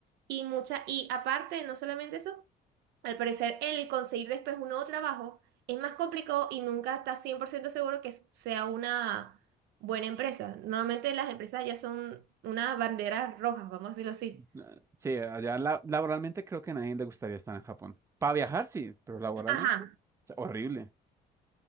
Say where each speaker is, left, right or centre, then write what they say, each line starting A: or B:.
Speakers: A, on the right; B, on the right.
A: y mucha y aparte, no solamente eso, al parecer el conseguir después un nuevo trabajo es más complicado y nunca estás 100% seguro que sea una buena empresa. Normalmente las empresas ya son una bandera roja, vamos a decirlo así.
B: Ah, sí, allá la- laboralmente creo que a nadie le gustaría estar en Japón. Para viajar, sí, pero laboralmente
A: Ajá,
B: es horrible.